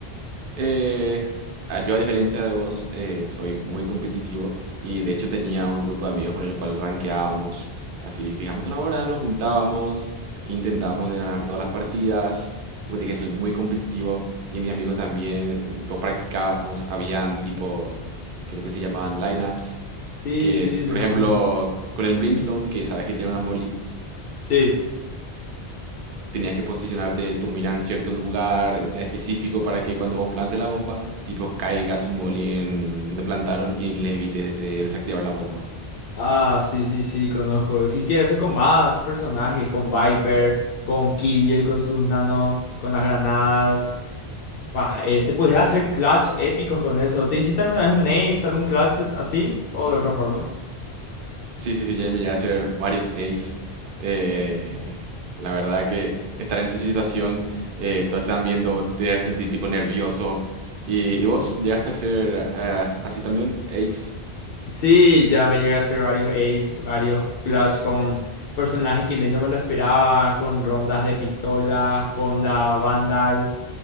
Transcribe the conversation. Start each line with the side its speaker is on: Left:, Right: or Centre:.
Right: Eh, a- yo, a diferencia de vos, eh, soy muy competitivo y de hecho tenía un grupo de amigos con el cual rankeábamos. Así, fijamos una hora, nos juntábamos, intentábamos de ganar todas las partidas. Como te dije, soy muy competitivo y mis amigos también, eh, tipo, practicábamos. Habían, tipo, creo que se llamaban lineups,
Left: Sí,
Right: que,
Left: sí,
Right: por
Left: lo conozco.
Right: ejemplo, con el Brimstone, que sabes que tiene una molly,
Left: Sí.
Right: tenías que posicionarte tu mira en cierto lugar específico para que cuando vos plantes la bomba, tipo caiga su molly en donde plantaron y les evite eh, desactivar la bomba.
Left: Ah, sí, sí, sí, conozco. Existía eso con más personajes, con Viper, con Killjoy, con sus nano, con las granadas. Fah, eh, te podías hacer clutch épicos con eso. ¿Te hiciste alguna vez un ace, algún clutch así? ¿O de otra forma?
Right: Sí, sí, sí, ya me llegué a hacer varios ace. Eh, la verdad que estar en esa situación, eh, todos están viendo, te sentí tipo nervioso. ¿Y, y vos llegaste a hacer ah, así también, ace?
Left: Sí, ya me llegué a hacer varios ace, varios clutch con personajes que menos me lo esperaba, con rondas de pistolas, con la Vandal.